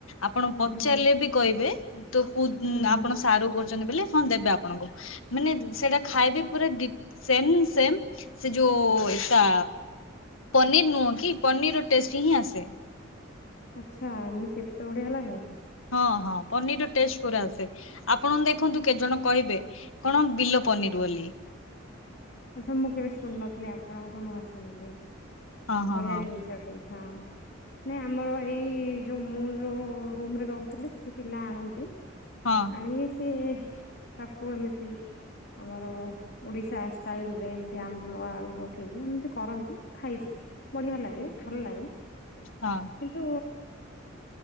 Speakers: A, on the left; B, on the left.
A: ଆପଣ
B: ହୁଁ
A: ପଚାରିଲେ
B: ହୁଁ ହୁଁ
A: ବି କହିବେ ତ କୋଉ
B: ହୁଁ ହୁଁ
A: ଆପଣ ସାରୁ କରୁଚନ୍ତି ବୋଲି ହଁ ଦେବେ ଆପଣଙ୍କୁ। ମାନେ ସେଟା ଖାଇବେ ପୁରା ଡି ସେମ୍ ସେମ୍ ସେ ଯୋଉ ଏଇଟା ପନିର୍ ନୁହଁ କି ପନିର୍ ର ଟେଷ୍ଟି ହିଁ ଆସେ।
B: ଆଚ୍ଛା ଏମିତି ଏତେ ବଢିଆ ଲାଗେ।
A: ହଁ ହଁ ପନିର୍ ର ଟେଷ୍ଟ୍ ପୁର ଆସେ ଆପଣ ଦେଖନ୍ତୁ କେତେ ଜଣ କହିବେ। କଣ ବିଲ ପନିର୍ ବୋଲି।
B: ଆଚ୍ଛା ମୁଁ କେବେ ଶୁଣୁ ନଥିଲି ଆପଣଙ୍କଠୁ ନୂଆ ଶୁଣିଲି
A: ହଁ ହଁ
B: ବଢିଆ
A: ହଁ
B: ଜିନିଷ। ଟେ ହଁ। ନାଇଁ ଆମର ଏଇ ଯୋଉ ମୁଁ ଯୋଉଁ ରୁମ୍ ରେ ରହୁଥିଲି ସେଠି ପିଲା ଆଣନ୍ତି।
A: ହଁ।
B: ଣି ସିଏ ତାକୁ ଏମିତି ଆମର ଓଡିଶା ଆସ ଷ୍ଟାଇଲ୍ରରେ ଏମିତି ଆମ୍ବୁଲ ଆଳୁ ପକେଇକି ଏମିତି କରନ୍ତି ଖାଇଚି ବଢ଼ିଆ ଲାଗେ ଭଲ ଲାଗେ।
A: ହଁ।
B: ତୁ